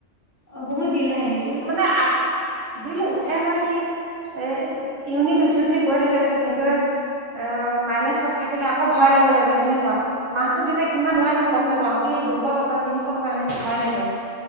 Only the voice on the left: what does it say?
অ', বহুত বিল আহে নেকি?
অ',